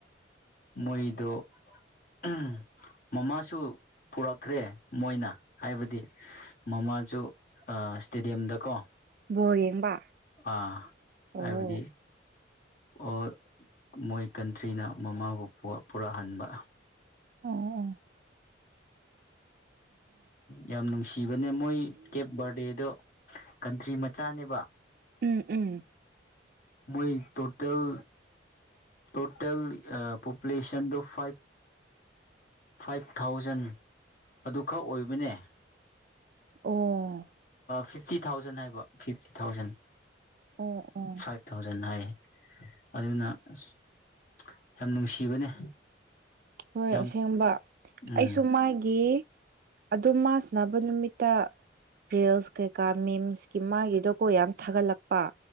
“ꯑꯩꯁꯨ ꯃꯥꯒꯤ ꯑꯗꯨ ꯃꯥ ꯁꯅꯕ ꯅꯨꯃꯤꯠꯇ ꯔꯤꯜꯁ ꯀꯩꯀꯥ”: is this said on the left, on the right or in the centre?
Right